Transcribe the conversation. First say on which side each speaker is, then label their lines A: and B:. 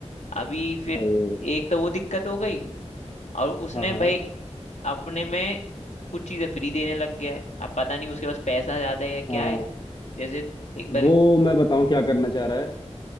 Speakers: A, on the left; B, on the left.
A: अभी फिर
B: अरे
A: एक तो वो दिक्कत हो गई और उसने
B: हाँ हाँ
A: भाई अपने में कुछ चीजें फ्री देने लग गया है अब पता नहीं उसके पास पैसा ज्यादा है या क्या
B: हाँ,
A: है जैसे एक बार
B: वो मैं बताऊं क्या करना चाह रहा है